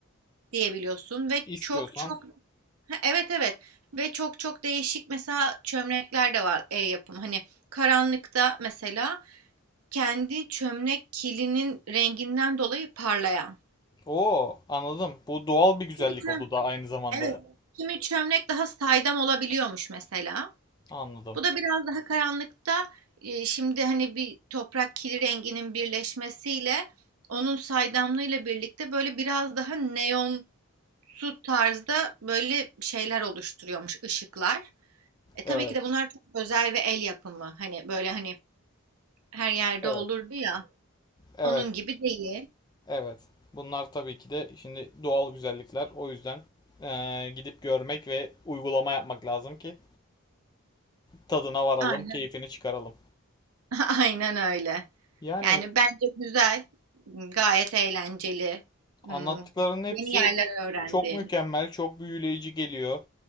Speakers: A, on the right (about 85°); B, on the left (about 20°).
A: diyebiliyorsun ve
B: İstiyorsan.
A: çok çok Ha, Evet evet ve çok çok değişik mesela çömlekler de var el yapım hani karanlıkta mesela kendi çömlek kilinin renginden dolayı parlayan.
B: Oo, anladım. Bu doğal bir güzellik
A: Kimi çö-
B: o da aynı zamanda.
A: evet. Kimi çömlek daha saydam olabiliyormuş mesela.
B: Anladım.
A: Bu da biraz daha karanlıkta e, şimdi hani bir toprak kili renginin birleşmesiyle onun saydamlığıyla birlikte böyle biraz daha neon su tarzda böyle şeyler oluşturuyormuş ışıklar. E tabii
B: Evet.
A: ki de bunlar çok özel ve el yapımı. Hani böyle hani her yerde
B: Evet.
A: olurdu ya.
B: Evet.
A: Onun gibi değil.
B: Evet. Bunlar tabii ki de şimdi doğal güzellikler. O yüzden eee, gidip görmek ve uygulama yapmak lazım ki tadına varalım,
A: Aynen.
B: keyfini çıkaralım.
A: <laughs> Aynen öyle.
B: Yani
A: Yani bence güzel, gayet eğlenceli.
B: anlattıklarının
A: Hmm,
B: hepsi
A: Yeni yerler öğrendin.
B: çok mükemmel, çok büyüleyici geliyor.